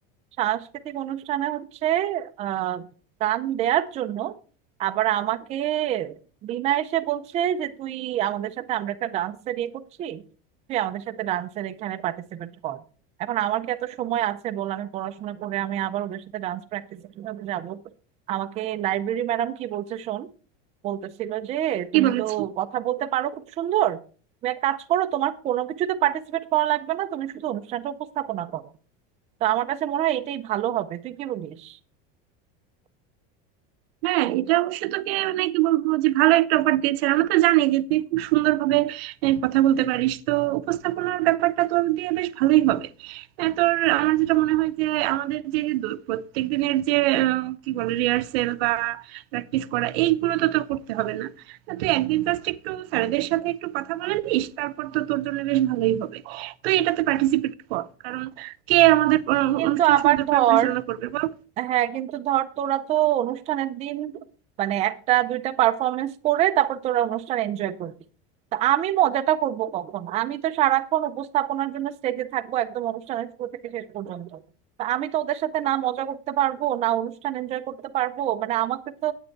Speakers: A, on the right (about 20°); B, on the right (about 80°).
A: সাংস্কৃতিক অনুষ্ঠানে হচ্ছে আহ গান দেওয়ার জন্য আবার আমাকে বিনা এসে বলছে যে তুই আমাদের সাথে আমরা একটা ডান্সের ইয়ে করছি তুই আমাদের সাথে ডান্সের এখানে পার্টিসিপেট কর এখন আমার কি এত সময় আছে বল আমি পড়াশোনা করে আমি আবার ওদের সাথে ডান্স প্র্যাকটিস কিভাবে যাবো আমাকে লাইব্রেরি ম্যাডাম কি বলছে শোন বলতেছিল যে
B: কি
A: তুমি
B: বলেছিস
A: তো কথা বলতে পারো খুব সুন্দর তুমি এক কাজ করো তোমার কোনো কিছুতে পার্টিসিপেট করা লাগবে না তুমি শুধু অনুষ্ঠানটা উপস্থাপনা করো তো আমার কাছে মনে হয় এটাই ভালো হবে তুই কি বলিস
B: হ্যাঁ এটা অবশ্য তোকে মানে কি বলবো যে ভালো একটা অফার দিয়েছে আমরা তো জানি যে তুই খুব সুন্দর ভাবে কথা বলতে পারিস তো উপস্থাপনার ব্যাপারটা তোর দিয়ে বেশ ভালোই হবে আহ, তোর আমার যেটা মনে হয় যে আমাদের যে দু- প্রত্যেক দিনের যে আহ, কি বলে রিহার্সেল বা প্র্যাকটিস করা এইগুলো তো তোর করতে হবে না আহ, তুই একদিন জাস্ট একটু স্যারেদের সাথে একটু কথা বলে নিস তারপর তো তোর জন্য বেশ ভালোই হবে তুই এটাতে পার্টিসিপেট কর কারণ কে আমাদের আহ,
A: কিন্তু
B: অনুষ্ঠান
A: আবার
B: সুন্দর
A: ধর
B: করে পরিচালনা করবে বল
A: হ্যাঁ কিন্তু ধর তোরা তো অনুষ্ঠানের দিন মানে একটা দুইটা পারফরমেন্স করে তারপর তোরা অনুষ্ঠান এনজয় করবি তা আমি মজাটা করব কখন আমি তো সারাক্ষণ উপস্থাপনার জন্য স্টেজে থাকবো একদম অনুষ্ঠানের শুরু থেকে শেষ পর্যন্ত তা আমি তো ওদের সাথে না মজা করতে পারবো না অনুষ্ঠান এনজয় করতে পারবো মানে আমাকে তো